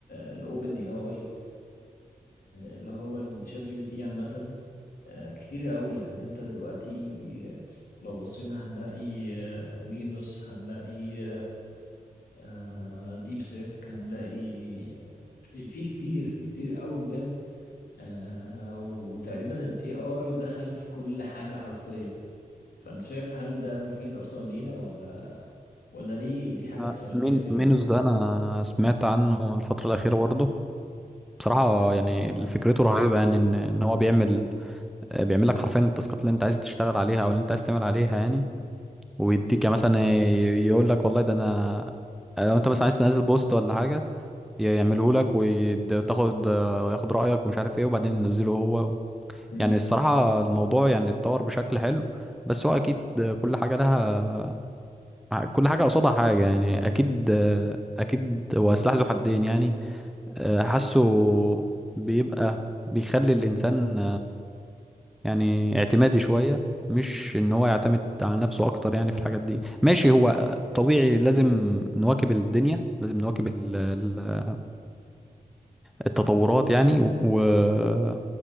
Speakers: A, on the left; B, in the centre.
A: الاوبن اي اي اللي هو الشات جي بي تي عامة آه، كتيرة قوي يعني انت دلوقتي آه، لو بصينا هنلاقي آه، مينوس هنلاقي آه، ديب سيك هنلاقي آه، في في كتير في كتير قوي بجد آه، وتقريبا الاي اي دخل في كل حاجة حرفيا فانت شايف هل ده مفيد اصلا لينا ولا ولا دي دي حاجات
B: أنا
A: سلبية
B: مين
A: كتير
B: مينوس
A: قوي
B: ده انا سمعت عنه الفتره الاخيره برضه بصراحه يعني فكرته رهيبه يعني ان إن هو بيعمل آه، بيعمل لك حرفيا التاسكات اللي انت عايز تشتغل عليها او اللي انت عايز تعمل عليها يعني ويديك مثلا يقول لك والله ده انا لو انت مثلا عايز تنزل بوست ولا حاجه يعمله لك وتاخد ياخد رايك ومش عارف ايه وبعدين ينزله هو
A: امم
B: يعني الصراحه الموضوع يعني اتطور بشكل حلو بس هو اكيد كل حاجه لها كل حاجه قصادها حاجه يعني اكيد اكيد هو سلاح ذو حدين يعني آه، حاسه بيبقى بيخلي الانسان يعني اعتمادي شوية مش ان هو يعتمد على نفسه اكتر يعني في الحاجات دي ماشي هو طبيعي لازم نواكب الدنيا لازم نواكب ال- ال- التطورات يعني و و-